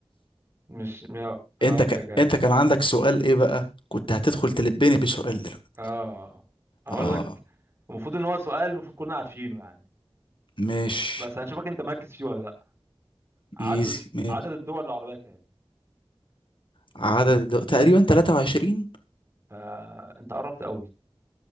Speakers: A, on the right (about 25°); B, on the left (about 60°).
A: مش م- فهمتك
B: انت ك...
A: انا
B: انت كان عندك سؤال ايه بقى كنت هتدخل تلبني بسؤال دلوقتي
A: اه هقول
B: اه
A: لك المفروض ان هو سؤال المفروض كلنا عارفينه يعني
B: ماشي
A: بس هنشوفك انت مركز فيه ولا لا عدد
B: ايزي ماشي
A: عدد الدول العربية كام
B: عدد دو... تقريبا 23
A: آه انت قربت قوي